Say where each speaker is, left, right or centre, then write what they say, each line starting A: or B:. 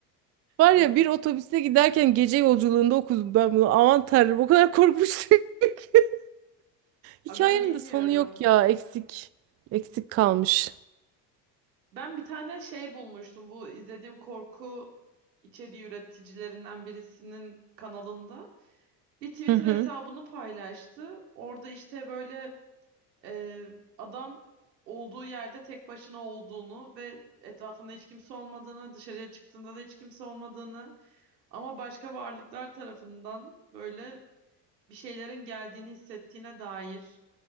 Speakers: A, on the right; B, on the right.
A: Var
B: Evet.
A: ya bir otobüste giderken gece yolculuğunda okudum ben bunu. Aman tanrım o kadar korkmuştum. <laughs> Hikayenin
B: Aa, Ben bilmiyorum.
A: de sonu yok ya eksik. Eksik kalmış.
B: Ben bir tane şey bulmuştum bu izlediğim korku içeriği üreticilerinden birisinin kanalında. bir Twitter
A: Hı hı
B: hesabını paylaştı. Orada işte böyle e, adam olduğu yerde tek başına olduğunu ve etrafında hiç kimse olmadığını, dışarıya çıktığında da hiç kimse olmadığını ama başka varlıklar tarafından böyle bir şeylerin geldiğini hissettiğine dair